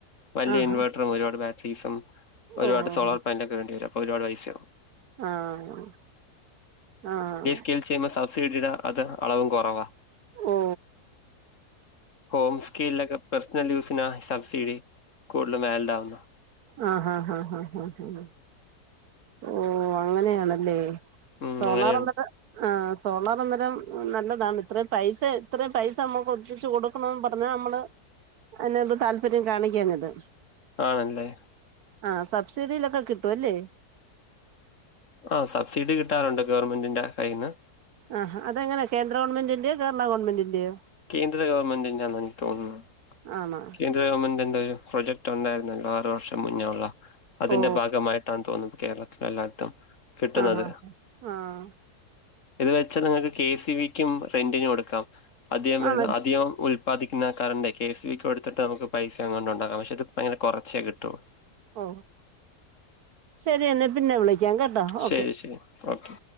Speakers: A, on the left; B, on the right.
A: വല്യെ
B: ആഹാ
A: ഇൻവെട്ട ട്രും ഒരുപാട് ബാറ്ററീസും ഒരുപാട്
B: ഓ ഓ
A: സോളാർ പാൻലൊക്കെ വേണ്ടി വരും അപ്പൊ ഒരുപാട് പൈസയാവും.
B: ആഹ് ആഹ് ആഹ് ആഹ് ആഹ് ആഹ്
A: ക്കിൽ ചെയ്യുന്ന സബ്സിഡിടേ അത് അളവും കൊറവാ.
B: ഓ
A: ഹോം സ്കിൽനൊക്കെ പേസ്ണൽ യൂ സിനാ സബ്സിഡി കൂടുതൽ വാലിഡ് ആവുന്നേ.
B: ആഹ് ഹാ ഹാ ഹാ ഹാ ഹാ ഓ അങ്ങനെയാണല്ലേ
A: ഉം
B: സോളാർ
A: അങ്ങനെയുണ്ട്
B: അന്നേരം ആഹ് സോളാർ അന്നേരം നല്ലതാണ്. ഇത്രയും പൈസ ഇത്രയും പൈസ നമ്മുക്ക് ഒരുമിച്ച് കൊടുക്കണം എന്ന് പറഞ്ഞ് നമ്മള് അതിനകത്ത് താല്പര്യം കാണിക്കാഞ്ഞത്.
A: ആണല്ലേ
B: ആഹ് സബ്സിഡിയിലൊക്കെ കിട്ടും അല്ലേ
A: ആഹ് സബ്സിഡി കിട്ടാറുണ്ട് ഗവൺമെന്റിന്റെ കയ്യിന്ന്.
B: ആഹ് ഹാ അതെങ്ങനെ കേന്ദ്ര ഗവൺമെന്റിന്റെയോ കേരള ഗവൺമെന്റിന്റെയോ
A: കേന്ദ്ര ഗവൺമെന്റിന്റെ ആന്നാ എനിക്ക്തോന്ന്ന്നു.
B: ആണോ
A: കേന്ദ്ര ഗവൺമെന്റിന്റെ ഒരു പ്രോജക്റ്റ് ഉണ്ടായിരുന്നല്ലോ ആറ് വർഷം മുന്നേ ഉള്ള അതിന്റെ
B: ഓ
A: ഭാഗമായിട്ടാണ് തോന്നുന്നു ഇപ്പൊ കേരളത്തില് എല്ലായിടത്തും കിട്ടുന്നത്.
B: ആഹ് ആഹ്
A: ഇത് വെച്ചാൽ നിങ്ങൾക്ക് കെ. സി. ഇ. ബി. ക്കും റെന്റിന് കൊടുക്കാം. അധികം വരുന്ന
B: ആണോ
A: അധികം ഉല് ല്‌പാദിക്കുന്ന കറണ്ടേയ് കെ. എസ്. ഇ. ബി. ക്ക് കെടുത്തിട്ട് നമുക്ക് പൈസ അങ്ങൊണ്ട് ഉണ്ടക്കാം. പക്ഷെ അത് പ്പൊ അങ്ങനെ കുറച്ചേ കിട്ടൊള്ളു
B: ഓ ശരി എന്നെ പിന്നെ വിളിക്കാം കേട്ടോ
A: ശരി
B: ഓക്കെ.
A: ശരി ഓക്കെ